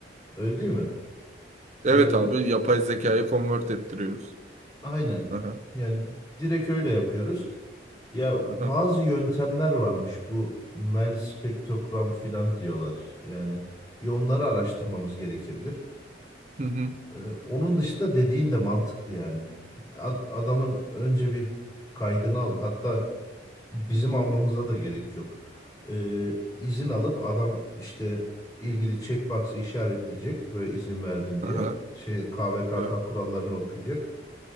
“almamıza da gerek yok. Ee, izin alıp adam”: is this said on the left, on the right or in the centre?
Left